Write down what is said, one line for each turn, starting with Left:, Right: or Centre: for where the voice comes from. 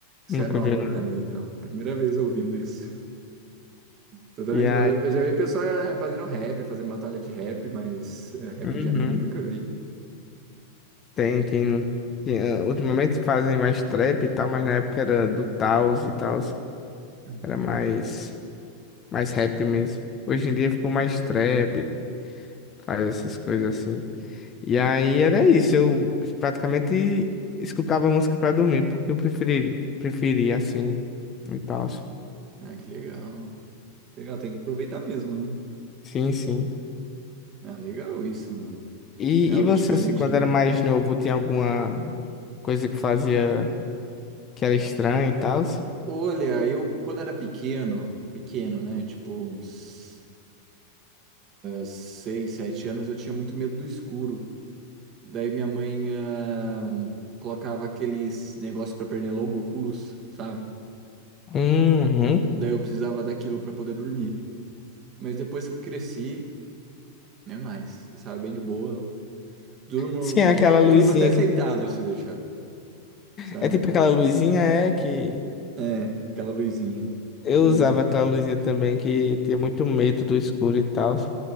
Right: Isso
Left: nunca
Right: é nova
Left: viu, não
Right: pra mim, não. Primeira vez ouvindo isso. Totalmente
Left: E aí,
Right: novo. Eu já vi pessoa fazendo rap, fazendo batalha de rap, mas é, rap
Left: uhum,
Right: de anime nunca vi.
Left: tem, tem, tem, ah, ultimamente fazem mais trap e tal, mas na época era do Taos e tal,
Right: Hum.
Left: era mais, mais rap mesmo. Hoje em dia ficou mais trap, faz essas coisas assim. E aí era isso, eu praticamente escutava música pra dormir, porque eu preferi, preferia assim e tal.
Right: Ah, que legal. Legal, tem que aproveitar mesmo, né?
Left: Sim, sim.
Right: Ah, legal isso, mano.
Left: E,
Right: É algo
Left: e você,
Right: diferente,
Left: assim, quando
Right: né?
Left: era mais novo, tinha alguma coisa que fazia que era estranha e tal?
Right: Olha, eu quando era pequeno, pequeno, né? Tipo uns seis, sete anos, eu tinha muito medo do escuro. Daí minha mãe ah, colocava aqueles negócios para pernilongo, oculus, sabe?
Left: Uhum.
Right: Daí eu precisava daquilo para poder dormir. Mas depois que cresci, nem mais, sabe? Bem de boa. Durmo,
Left: Sim,
Right: co-
Left: aquela luzinha
Right: durmo até sentado
Left: que.
Right: se deixar, sabe?
Left: É tipo aquela luzinha, é que.
Right: É, aquela luzinha.
Left: Eu
Right: Uhum.
Left: usava aquela luzinha também que tinha muito medo do escuro e tal. Acho